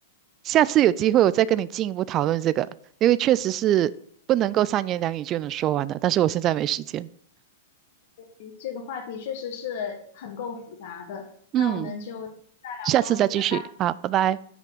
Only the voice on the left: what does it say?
嗯这个话题确实是很够复杂的，那我们就再聊喽，
拜拜。